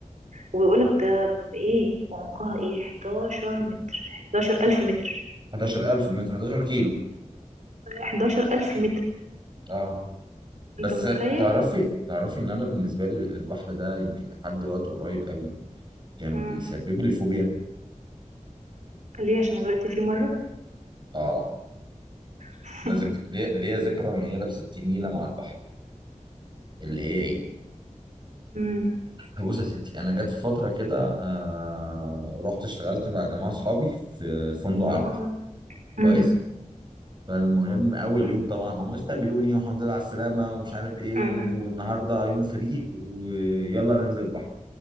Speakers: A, on the right; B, on the right.
A: وبيقولك ده ايه وعمقها ايه 11 متر 11 ألف متر
B: 11000 من 11 كيلو
A: 11 ألف متر
B: اه بس
A: انت متخيل
B: تعرفي تعرفي ان انا بالنسبه لي البحر ده يمكن لحد وقت قريب قوي كان
A: امم
B: بيسبب لي فوبيا
A: ليه عشان غرقت فيه مرة
B: اه
A: <laughs>
B: انا ذك... ليا ليا ذكرى ان هي لابسه 60 نيله مع البحر اللي هي ايه
A: امم
B: بص يا ستي انا جت فتره كده آه رحت اشتغلت مع جماعه اصحابي في فندق على
A: اه
B: البحر
A: اه
B: كويس
A: امم
B: فالمهم اول يوم طبعا هم استقبلوني والحمد لله على السلامه ومش عارف ايه والنهارده
A: امم
B: يوم فري ويلا ننزل البحر